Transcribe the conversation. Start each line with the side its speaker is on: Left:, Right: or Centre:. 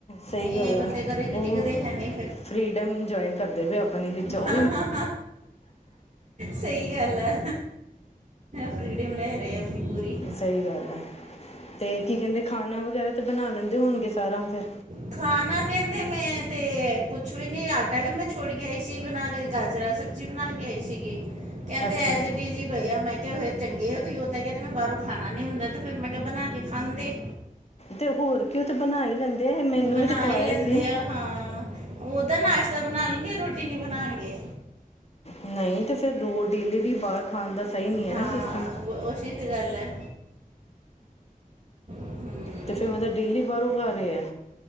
Left: ਸਹੀ
Right: ਇਹ
Left: ਗੱਲ
Right: ਬੰਦੇ
Left: ਐ
Right: ਘਰੇ ਕਿ
Left: ਉਹ
Right: ਟਿਕਦੇ ਹੈ ਨਹੀਂ
Left: ਫਰੀ ਟੇਮ ਇੰਜੋਏ ਕਰਦੇ ਵੀ ਆਪ ਆਪਣੇ ਵਿੱਚ ਉਹ
Right: ਹਾਂ, ਹਾਂ ਸਹੀ ਗੱਲ ਆ। ਫਰੀਡੀਮ ਲੈ ਰਹੇ ਆਪਣੀ ਪੂਰੀ।
Left: ਸਹੀ ਗੱਲ ਹੈ। ਤੇ ਕੀ ਕਹਿੰਦੇ ਖਾਣਾ ਵਗੈਰਾ ਤੇ ਬਣਾ ਲੈਂਦੇ ਹੋਣਗੇ ਸਾਰਾ ਫੇਰ।
Right: ਖਾਣਾ ਕਹਿੰਦੇ ਮੈਂ ਤੇ ਕੁਛ ਵੀ ਨੀ। ਆਟਾ ਵੀ ਮੈਂ ਛੋੜ ਕੇਈ ਸੀ ਬਣਾ ਕੇ ਗਾਜਰਾਂ, ਸਬਜ਼ੀ ਨਾਲ ਕਿਹਾਈ ਸੀਗੀ। ਕਹਿੰਦੇ
Left: ਅੱਛਾ
Right: ਐਜ
Left: ਅੱਛਾ
Right: ਏ ਡੀ ਜੀ। ਪ ਮੈਂ ਕਿਹਾ ਹੋ ਚੰਗੇ ਆ ਤੁਸੀ। ਉਦਾਂ ਕ ਤੇ ਮੈਂ ਬਾਹਰੋਂ ਖਾਣਾ ਨੀ ਹੁੰਦਾ ਤੇ ਫੇਰ ਮੈਂ ਕਿਹਾ ਬਣਾ ਕੇ ਖਾਂਦੇ।
Left: ਤੇ ਹੋਰ ਕਿਉਂ ਥੇ ਬਣਾ ਹੀ ਲੈਂਦੇ। ਆ ਮੈਨੂੰ
Right: ਬਣਾ
Left: ਵੀ ਤੇ ਖਵਾਇਆ
Right: ਹੀ ਲੈਂਦੇ
Left: ਸੀ
Right: ਆ ਹਾਂ। ਉਹਦਾ ਨਾਸ਼ਤਾ ਬਣਾ ਲਣਗੇ, ਰੋਟੀ ਨੀ ਬਣਾਉਣਗੇ।
Left: ਨਹੀਂ ਤੇ ਫਿਰ ਰੋਜ਼ ਡੇਲੀ ਵੀ ਬਾਹਰ ਖਾਣ ਦਾ ਸਹੀ ਨਹੀਂ ਹੈ
Right: ਹਾਂ
Left: ਨਾ ਸਿਸਟਮ।
Right: ਉਹ ਚੀਤ ਗੱਲ ਹੈ। ਹਮ,
Left: ਤੇ ਫੇਰ ਮਤਲਬ ਡੇਲੀ ਬਾਹਰੋਂ ਖਾ ਰਹੇ ਆ।